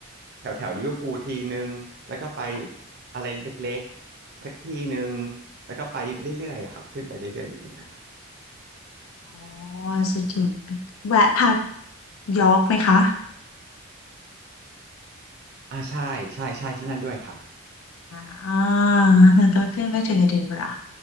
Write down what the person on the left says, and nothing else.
ค่ะ
ค่ะอ๋อสุดที่แวะพักยอร์กไหมคะ
อ่าแล้วก็ขึ้นไปถึงเอดินบะระ